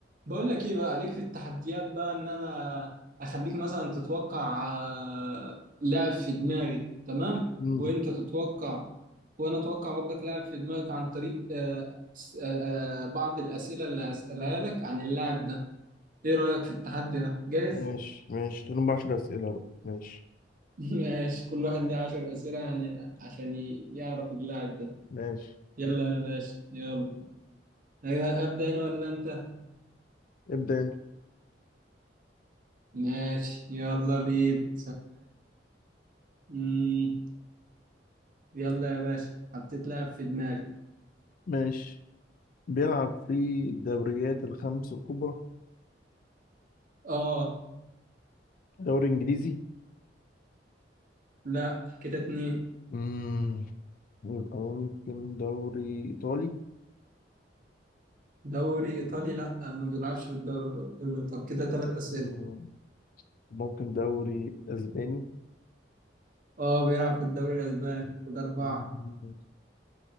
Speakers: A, on the right (about 50°); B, on the left (about 50°).
A: بقول لك ايه بقى عليك في التحديات بقى ان انا اخليك مثلا تتوقع آه، لاعب في دماغي تمام
B: مم.
A: وانت تتوقع وانا اتوقع برضك لاعب في دماغك عن طريق آه، س- آه، آه، بعض الاسئله اللي هسالها لك عن اللاعب ده ايه رايك في التحدي ده جاهز
B: ماشي ماشي خليهم بعشر أسئلة بقى ماشي
A: <laughs> ماشي كل واحد ليه 10 اسئله يعني عشان ي- يعرف اللاعب ده
B: ماشي
A: يلا يا باشا يلا أيوة، ابدا انا ولا انت
B: ابدأ أنت
A: ماشي يلا بينا ثواني يلا يا باشا حطيت لاعب في دماغي
B: ماشي بيلعب في الدوريات الخمس الكبرى
A: اه
B: دوري إنجليزي
A: لا كده اتنين
B: مم. يبقى ممكن دوري إيطالي
A: دوري ايطالي لا ما بيلعبش في الدوري الايطالي كده تلات اسئله
B: مم. ممكن دوري أسباني
A: اه بيلعب في الدوري الاسباني كده اربعه
B: مم.